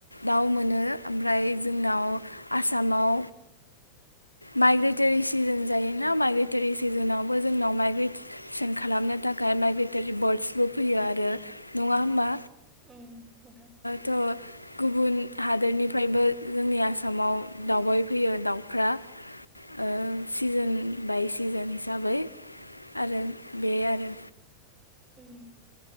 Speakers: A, on the left; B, on the right.
A: दाउ मोनो ओमफ्राय जोंनाव आसामाव
B: <inaudible>
A: माइग्रेटरि सिजोन जायोना माइग्रेटरि सिजोनावबो जोंनाव माइग्रेट सन खालामनो थाखाय माइग्रेटरि बार्डसबो फैयो आरो नङा होमबा
B: उम नोंथां
A: त' गुबुन हादोरनिफ्रायबो जोंनि आसामाव दावबाय फैयो दाउफ्रा ओ सिजोन बाय सिजोन हिसाबै आरो बे आरो।
B: उम